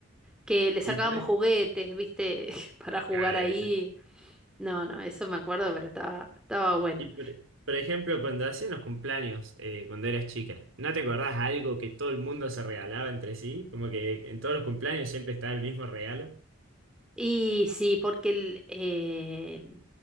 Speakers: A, in the centre; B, on the right.
A: que le sacábamos
B: Y por ej-
A: juguetes, ¿viste? <laughs> Para jugar
B: claro,
A: ahí.
B: olvidate.
A: No, no, eso me acuerdo, pero estaba, estaba bueno.
B: Y por, por ejemplo, cuando hacían los cumpleaños, eh, cuando eras chica, ¿no te acordás algo que todo el mundo se regalaba entre sí? Como que en todos los cumpleaños siempre estaba el mismo regalo.
A: Y sí, porque el, eh,